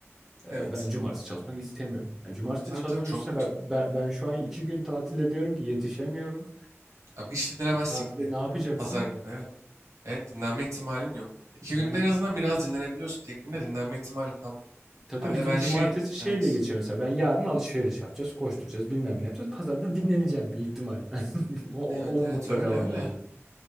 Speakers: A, in the centre; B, on the right.
A: Eee,
B: evet.
A: ben cumartesi çalışmak istemiyorum. Yani cumartesi
B: Tabii
A: de çalıştığım
B: tabii çok
A: üstüne
B: kötü.
A: ben, ben, ben şu an iki gün tatil ediyorum ki yetişemiyorum.
B: Abi hiç dinlemezsin
A: Tatile
B: ki.
A: ne yapacaksın
B: Pazar
A: ki?
B: günü evet. Evet dinlenme ihtimalin yok. İki günde
A: Aynen.
B: en azından biraz dinlenebiliyorsun. Tek günde dinlenme ihtimalin kalmıyor.
A: Tabii tabii
B: Abi
A: bizim
B: de ben
A: cumartesi
B: şey
A: şey
B: evet.
A: diye geçiyor mesela. Ben yarın alışveriş yapacağız, koşturacağız, bilmem ne yapacağız. Pazarda dinleneceğim bir ihtimal. <laughs> O,
B: Evet
A: o, o
B: evet
A: umutla
B: öyle
A: devam
B: öyle.
A: ediyorum.